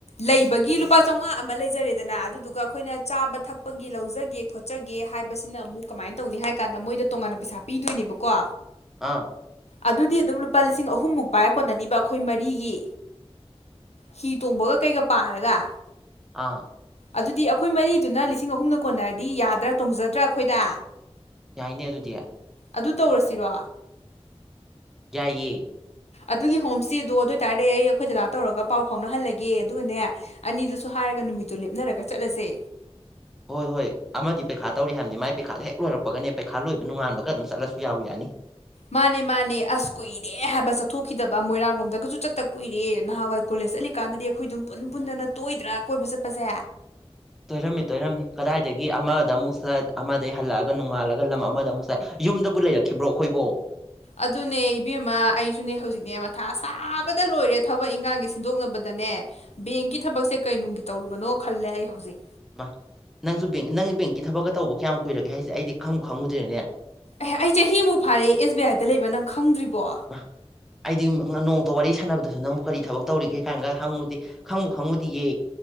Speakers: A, on the left; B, in the centre.
A: ꯂꯩꯕꯒꯤ ꯂꯨꯄꯥ ꯆꯥꯃꯉꯥ ꯑꯃ ꯂꯩꯖꯔꯦꯗꯅ ꯑꯗꯨꯗꯨꯒ ꯑꯩꯈꯣꯏꯅ ꯆꯥꯕ ꯊꯛꯄꯒꯤ ꯂꯧꯖꯒꯦ ꯆꯠꯆꯒꯦ ꯍꯥꯏꯕꯁꯤꯅ ꯑꯃꯨꯛ ꯀꯃꯥꯏꯅ ꯇꯧꯅꯤ ꯍꯥꯏ ꯀꯥꯟꯗ ꯃꯣꯏꯗ ꯇꯣꯉꯥꯟꯅ ꯄꯩꯁꯥ ꯄꯤꯗꯣꯏꯅꯦꯕꯀꯣ
B: ꯑꯥ
A: ꯑꯗꯨꯗꯤ ꯑꯗꯨꯝ ꯂꯨꯄꯥ ꯂꯤꯁꯤꯡ ꯑꯍꯨꯝꯃꯨꯛ ꯄꯥꯏꯔ ꯀꯣꯟꯅꯅꯤꯕ ꯑꯩꯈꯣꯏ ꯃꯔꯤꯒꯤ ꯍꯤ ꯇꯣꯡꯕꯒ ꯀꯩꯒ ꯄꯥꯔꯒ
B: ꯑꯥ
A: ꯑꯗꯨꯗꯤ ꯑꯩꯈꯣꯏ ꯃꯔꯤꯗꯨꯅ ꯂꯤꯁꯤꯡ ꯑꯍꯨꯝꯅ ꯀꯣꯟꯅꯔꯗꯤ ꯌꯥꯗ꯭ꯔꯥ ꯇꯣꯡꯖꯗ꯭ꯔꯥ ꯑꯩꯈꯣꯏꯗ
B: ꯌꯥꯏꯅꯦ ꯑꯗꯨꯗꯤ
A: ꯑꯗꯨ ꯇꯧꯔꯁꯤꯔꯣ
B: ꯌꯥꯏꯌꯦ
A: ꯑꯗꯨꯒꯤ ꯍꯣꯝ ꯁ꯭ꯇꯦꯗꯣ ꯑꯗꯨ ꯑꯣꯏꯇꯥꯔꯗꯤ ꯑꯩꯈꯣꯏ ꯗꯗꯥ ꯇꯧꯔꯒ ꯄꯥꯎ ꯐꯥꯎꯅꯍꯜꯂꯒꯦ ꯑꯗꯨꯒꯅꯦ ꯑꯅꯤꯗꯨꯁꯨ ꯍꯥꯏꯔꯒ ꯅꯨꯃꯤꯠꯇꯨ ꯂꯦꯞꯅꯔꯒ ꯆꯠꯂꯁꯦ
B: ꯍꯣꯏ ꯍꯣꯏ ꯑꯃꯗꯤ ꯄꯩꯈꯥ ꯇꯧꯔꯤ ꯍꯥꯏꯕꯅꯤ ꯃꯥꯏ ꯄꯩꯈꯥꯗ ꯍꯦꯛ ꯂꯣꯏꯔꯛꯄꯒꯅꯦ ꯄꯩꯈꯥ ꯂꯣꯏꯕ ꯅꯨꯡꯉꯥꯟꯕꯒ ꯑꯗꯨꯝ ꯆꯠꯂꯁꯨ ꯌꯥꯕꯨ ꯌꯥꯅꯤ
A: ꯃꯥꯅꯦ ꯃꯥꯅꯦ ꯑꯁ ꯀꯨꯏꯔꯦ ꯍꯥꯏꯕ ꯆꯠꯊꯣꯛꯈꯤꯗꯕ ꯃꯣꯏꯔꯥꯡꯂꯣꯝꯗꯒꯁꯨ ꯆꯠꯇ ꯀꯨꯏꯔꯦ ꯅꯍꯥꯟꯋꯥꯏ ꯀꯣꯂꯦꯖ ꯆꯠꯂꯤꯀꯥꯟꯗꯗꯤ ꯑꯩꯈꯣꯏ ꯑꯗꯨꯝ ꯄꯨꯟ ꯄꯨꯟꯗꯅ ꯇꯣꯏꯗ꯭ꯔꯥ ꯀꯣꯏꯕ ꯆꯠꯄꯁꯦ
B: ꯇꯣꯏꯔꯝꯃꯦ ꯇꯣꯏꯔꯝꯃꯤ ꯀꯗꯥꯏꯗꯒꯤ ꯑꯃꯗ ꯑꯃꯨꯛ ꯆꯠ ꯑꯃꯗꯩ ꯍꯜꯂꯛꯑꯒ ꯅꯣꯡꯉꯥꯜꯂꯒ ꯂꯝ ꯑꯃꯗ ꯑꯃꯨꯛ ꯆꯠ ꯌꯨꯝꯗꯕꯨ ꯂꯩꯔꯛꯈꯤꯕ꯭ꯔꯣ ꯑꯩꯈꯣꯏꯕꯣ꯫
A: ꯑꯗꯨꯅꯦ ꯏꯕꯦꯝꯃ ꯑꯩꯁꯨꯅꯦ ꯍꯧꯖꯤꯛꯅꯦ ꯃꯊꯥ ꯁꯥꯕꯗ ꯂꯣꯏꯔꯦ ꯊꯕꯛ ꯏꯪꯈꯥꯡꯒꯤ ꯁꯤꯟꯗꯣꯛꯅꯕꯗꯅꯦ ꯕꯦꯡꯀꯤ ꯊꯕꯛꯁꯦ ꯀꯩꯅꯨꯡꯒꯤ ꯇꯧꯔꯨꯕꯅꯣ ꯈꯜꯂꯦ ꯑꯩ ꯍꯧꯖꯤꯛ꯫
B: ꯃꯥ ꯅꯪꯁꯨ ꯕꯦꯡ ꯅꯪ ꯕꯦꯡꯀꯤ ꯊꯕꯛꯀ ꯇꯧꯕ ꯀꯌꯥꯝ ꯀꯨꯏꯔꯒꯦ ꯍꯥꯏꯁꯦ ꯑꯩꯗꯤ ꯈꯪꯉꯨ ꯈꯪꯉꯨꯗ꯭ꯔꯦꯅꯦ꯫
A: ꯑꯦ ꯍ ꯑꯩ ꯆꯍꯤꯃꯨꯛ ꯐꯥꯔꯦ ꯑꯦꯁ ꯕꯤ ꯑꯥꯏꯗ ꯂꯩꯕ ꯅꯪ ꯈꯪꯗ꯭ꯔꯤꯕꯣ꯫
B: ꯃ ꯑꯩꯗꯤ ꯅꯣꯡꯃꯇ ꯋꯥꯔꯤ ꯁꯥꯟꯅꯕꯗꯁꯨ ꯅꯪꯕꯨ ꯀꯔꯤ ꯊꯕꯛ ꯇꯧꯔꯤꯒꯦ ꯀꯥꯏꯅꯒ ꯍꯪꯉꯨꯗꯦ꯫ ꯈꯪꯕꯨꯨ ꯈꯪꯉꯨꯗꯤꯌꯦ꯫